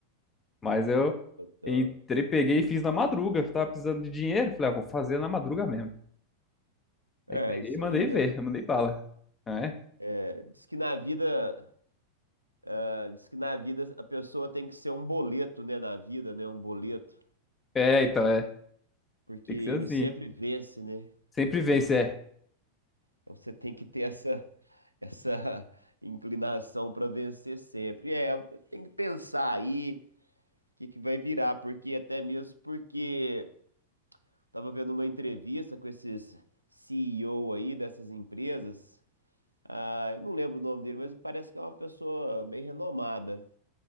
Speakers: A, on the left; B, on the right.
A: Mas eu
B: Tá.
A: entrei, peguei e fiz na madruga. Tava precisando de dinheiro. Falei, ah, vou fazer na madruga mesmo.
B: É,
A: Aí peguei
B: isso
A: e mandei
B: aí, né?
A: ver, mandei bala. Ah, É,
B: É, diz que na vida, ah, diz que na vida a pessoa tem que ser um boleto, né? Na vida, né? Um boleto.
A: é, então é.
B: Porque
A: Tem
B: ele
A: que ser assim.
B: sempre vence, né?
A: Sempre vence, é.
B: Então você tem que ter essa, essa <laughs> inclinação para vencer sempre. É, tem que pensar aí o que que vai virar, porque até mesmo porque estava vendo uma entrevista com esses CEO aí dessas empresas. Ah, eu não lembro o nome dele, mas parece que é uma pessoa bem renomada.